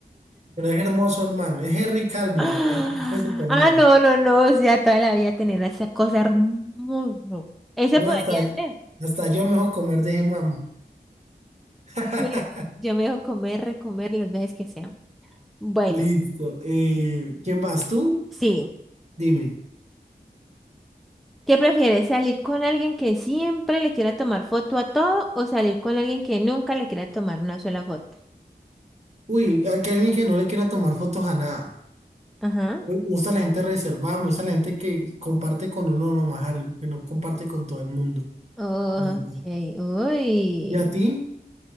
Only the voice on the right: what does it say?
pero es hermoso el man. Es Henry Cavill,
el de Superman.
No,
hasta,
hasta yo mejor comer de ese man. <laughs>
Listo. eh, ¿quién vas tú?
Dime.
Uy, aquí hay alguien que no le quiera tomar fotos a nada.
Uy, me gusta la gente reservada, me gusta la gente que comparte con uno nomás algo, que no comparte con todo el mundo.
La verdad.
¿Y a ti?